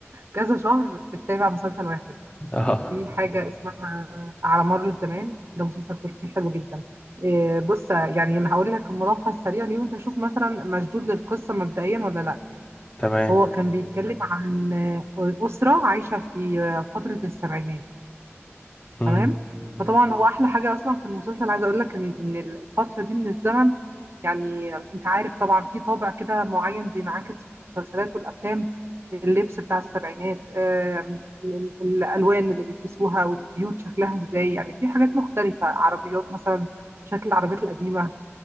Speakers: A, on the right; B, on the left.
A: كذا شهر بتتابع مسلسل واحد
B: <laughs> اه
A: في حاجه اسمها على مر الزمان ده مسلسل تركي حلو جدا إيه، بص يعني انا هقول لك الملخص سريع ليه وانت شوف مثلا مشدود للقصه مبدئيا ولا لا يعني
B: تمام
A: هو كان بيتكلم عن آه، اسره عايشه في آه، فتره السبعينات
B: امم
A: تمام فطبعا هو احلى حاجه اصلا في المسلسل عايزه اقول لك ان ان الفتره دي من الزمن يعني انت عارف طبعا في طابع كده معين بينعكس في المسلسلات والافلام اللبس بتاع السبعينات آم، ال- الالوان اللي بيلبسوها والبيوت شكلها ازاي يعني في حاجات مختلفه عربيات مثلا شكل العربيات القديمه